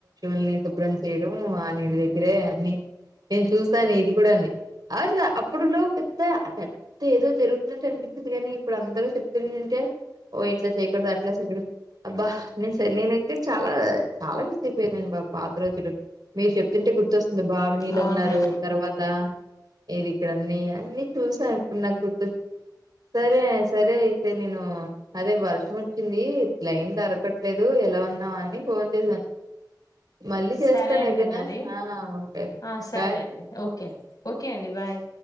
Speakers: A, on the right; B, on the left.
A: <inaudible> శుభ్రం చేయడం ఆ నీల్ దగ్గరే అని నేన్ చూస్ సా నీటి గుడా నీ అప్పుడులో పెద్ద అద్ అం ఏదో జరుగుతున్నట్ అనిపిస్తది కానీ ఇప్పుడు అందరూ చెప్తుంటంటే ఓ ఇట్లా చేయకూడదు అట్లా చేయకూడదు అబ్బా నేన్ నేనైతే చాలా చాలా మిస్ అయిపోయిదాన్ని బ పాత రోజులు మీర్ చెప్తుంటే గుర్తొస్తుంది బావి నీళ్ళన్నారు
B: అవునండి
A: తర్వాత ఏది ఇక్కడన్నీ అన్నీ చూసా ఇప్పుడ్ నాక్ గుర్తొ సరే సరే అయితే నేను అదే వర్షం వచ్చింది ప్లేన్ దొరకట్లేదు ఎలా ఉన్నావా అని ఫోన్ చేసా. మళ్ళీ చేస్తాన్
B: సరే అండి
A: అయితేనా
B: మరి
A: ఆ ఓకే
B: ఆ సరే
A: బాయ్
B: అండి ఓకే ఓకే అండి బాయ్